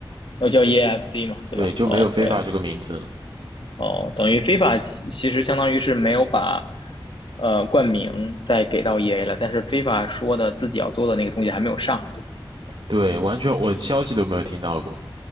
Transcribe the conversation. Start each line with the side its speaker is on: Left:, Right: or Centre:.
Left: 呃，叫 EFC 嘛，对吧？OK，
Right: 对，就没有非法这个名字。
Left: 哦，等于 FIFA 其其实相当于是没有把呃冠名再给到 EA 了，但是 FIFA 说的自己要做的那个东西还没有上，对吧？
Right: 对，完全我消息都没有听到过。